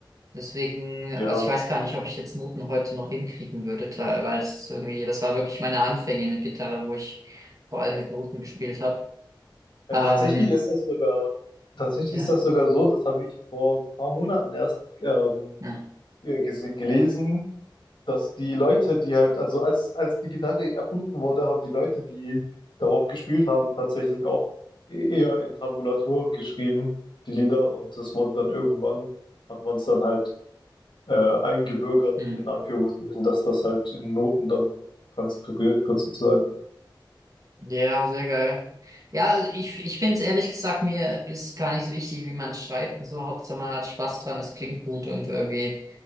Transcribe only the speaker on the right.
Deswegen, also
ich weiß gar nicht, ob ich jetzt Noten heute noch hinkriegen würde, da- weil es irgendwie, das war wirklich meine Anfänge mit Gitarre, wo ich vor allem mit Noten gespielt habe.
Ähm,
ja,
ja.
Hm.
Ja, sehr geil. Ja, also ich, ich finde es ehrlich gesagt, mir ist gar nicht so wichtig, wie man schreibt und so. Hauptsache man hat Spaß dran, es klingt gut und irgendwie.